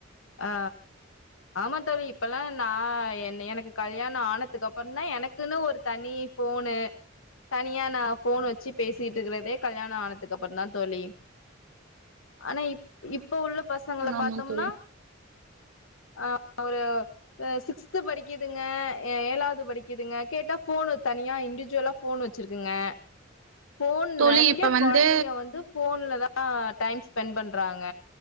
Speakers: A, on the left; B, on the right.
A: ஆ ஆமா தோழி, இப்பல்லா நா என் எனக்கு கல்யாண ஆனதுக்கு அப்பறந்தா எனக்குன்னு ஒரு தனி ஃபோனு தனியா நா ஃபோன் வச்சு பேசிட்டு இருக்கிறதே கல்யாணம் ஆனதுக்கு அப்பறந்தா தோழி ஆனா இப் இப் இப்ப உள்ள பசங்கள
B: ஆமா
A: பாத்தோம்னா
B: தோழி
A: ஆ, ஒரு அ சிக்ஸ்து படிக்கதுங்க எ ஏழாவது படிக்குதுங்க கேட்டா ஃபோன் தனியா இண்டிவிஜுவலா ஃபோன் வச்சிருக்குங்க ஃபோன்
B: தோழி
A: நெறைய
B: இப்ப வந்து
A: கொழந்தைங்க வந்து ஃபோன்லதா தா டைம் ஸ்பென் பண்றாங்க